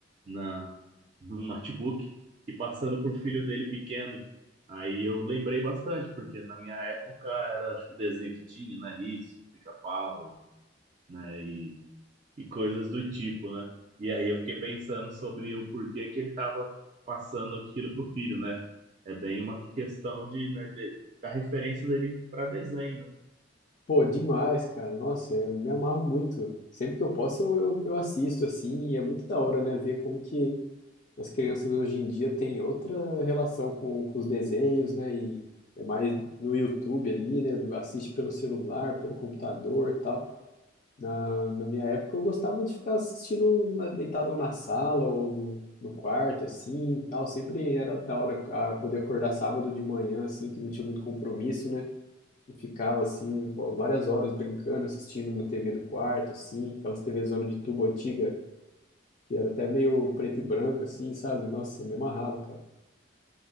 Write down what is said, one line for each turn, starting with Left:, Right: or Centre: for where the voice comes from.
Right: na, no notebook e passando por filho dele pequeno. Aí eu lembrei bastante, porque na minha época era, acho que o desenho que tinha, né? Isso, Pica-Pau, né? e coisas do tipo, né? E aí eu fiquei pensando sobre o porquê que ele estava passando aquilo pro filho, né? É bem uma questão de, né, de- da referência dele para desenho, né?
Left: Pô, demais, cara. Nossa, eu me amarro muito. Sempre que eu posso, eu, eu, eu assisto, assim, e é muito da hora, né? Ver como que as crianças hoje em dia têm outra relação com, com os desenhos, né? E é mais no YouTube ali, né? Assiste pelo celular, pelo computador e tal. Na, na minha época eu gostava de ficar assistindo na, deitado na sala ou no, no quarto, assim, e tal. Sempre era da hora a poder acordar sábado de manhã, assim, que não tinha muito compromisso, né? E ficava, assim, várias horas brincando, assistindo na TV do quarto, assim, aquelas TV zona de tubo antiga que era até meio preto e branco, assim, sabe? Nossa, me amarrava, cara.